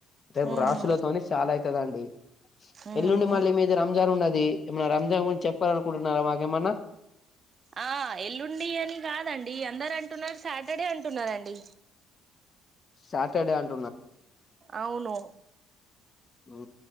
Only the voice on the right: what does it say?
ఉహు
ఉహు
ఆ ఎల్లుండి అని కాదండి అందరు అంటున్నారు సాటర్డే అంటున్నారండి
అవును